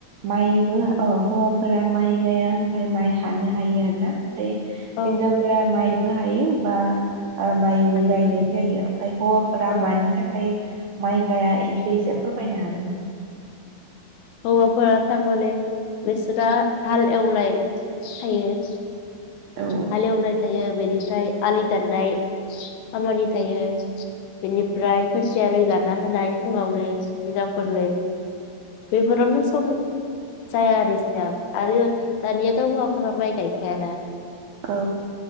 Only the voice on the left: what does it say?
औ
हायोबो
औ
हौवाफोरा थारमाने बिसोरा हाल एवनाय थायो।
हालेवनाय थायो बेदि फ्राय आलि दाननाय खामानि थायो बेनिफ्राय खोथिया रोगाना होनाय फुङावनो हिनजावफोरनो। बेफोरावनो सम। जाया आरो इसिना आरो दानियाथ हौवाफोरा माइ गायखायाना।